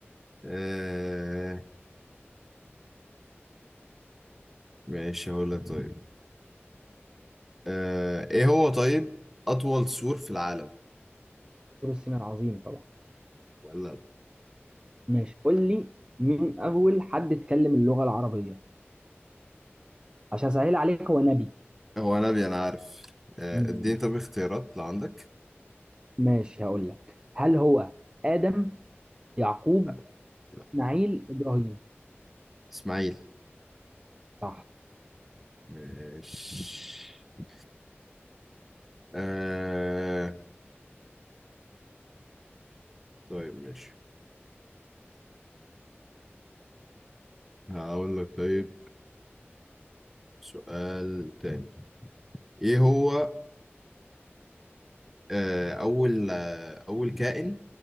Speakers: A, in the centre; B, on the right.
A: آه، ماشي هقول لك طيب آه، ايه هو طيب اطول سور في العالم
B: دكتور الصيني العظيم طبعا
A: ولا
B: ماشي قول لي مين اول حد اتكلم اللغه العربيه عشان اسهل عليك هو نبي
A: هو نبي انا عارف آه،
B: مم.
A: اديني طب اختيارات لو عندك
B: ماشي هقول لك هل هو ادم يعقوب
A: لا لا
B: اسماعيل ابراهيم
A: اسماعيل
B: صح
A: ماشي آه... طيب ماشي هقول لك طيب سؤال تاني ايه هو آه... اول آه... اول كائن